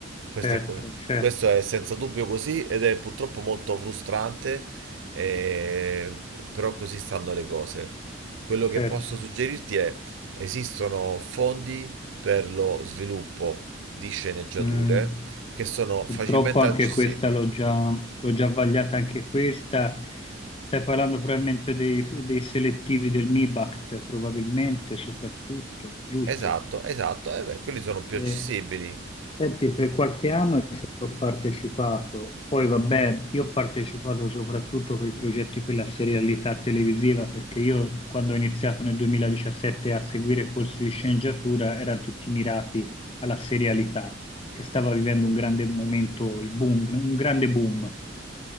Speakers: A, on the right; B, on the left.
A: Questo
B: certo,
A: è, co-
B: certo,
A: questo è senza dubbio così ed è purtroppo molto frustrante, eh, però così stanno le cose. Quello
B: certo.
A: che posso suggerirti è, esistono fondi per lo sviluppo di sceneggiature
B: Mm,
A: che sono
B: purtroppo
A: facilmente
B: anche
A: accessibili.
B: questa l'ho già, l'ho già vagliata anche questa. Stai parlando probabilmente dei, dei selettivi del MIBACT, probabilmente, soprattutto, giusto?
A: Esatto, esatto. E beh, quelli sono più
B: Eh,
A: accessibili.
B: Senti, per qualche anno ci ho partecipato, poi vabbè, io ho partecipato soprattutto con i progetti per la serialità televisiva, perché io quando ho iniziato nel 2017 a seguire corsi di sceneggiatura erano tutti mirati alla serialità, che stava vivendo un grande momento, il boom, un grande boom.